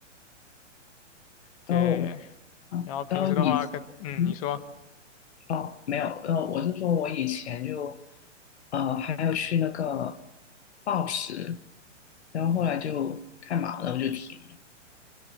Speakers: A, on the left; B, on the left.
A: 对。
B: 然后，啊，
A: 然后平时的话，
B: 然后以，
A: 跟嗯，
B: 嗯，
A: 你说
B: 哦，没有，然后我是说我以前就，呃，还有去那个报时，然后后来就太忙了，我就停了。